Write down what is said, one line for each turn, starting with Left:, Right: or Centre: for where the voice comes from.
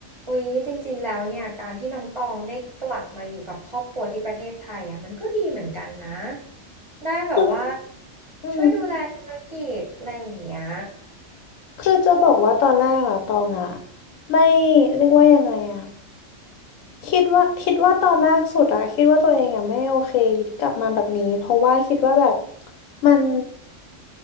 Right: อุ๊ยจริงๆแล้วเนี่ยการที่น้องตองได้กลับมาอยู่กับครอบครัวที่ประเทศไทยอ่ะมันก็ดีเหมือนกันนะได้แบบว่า
Left: อืม
Right: ช่วยดูแลธุรกิจอะไรอย่างเงี้ย
Left: คือจะบอกว่าตอนแรกอะตองอะไม่เรียกว่ายังไงอะคิดว่า คิดว่าตอนแรกสุดอะคิดว่าตัวเองอะไม่โอเคที่กลับมาแบบนี้ เพราะว่าคิดว่าแบบมัน